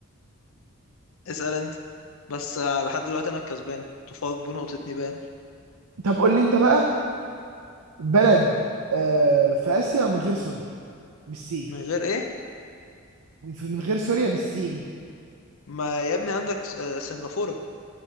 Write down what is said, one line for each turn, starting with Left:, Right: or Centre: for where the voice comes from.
Left: اسأل انت بس آه، لحد دلوقتي انا الكسبان متفوق بنقطة نيبال
Right: طب قول لي انت بقى بلد آه في اسيا من غير سوريا بالسين
Left: من غير ايه
Right: في- من غير سوريا بالسين
Left: ما يا ابني عندك س- آه، سنغافورة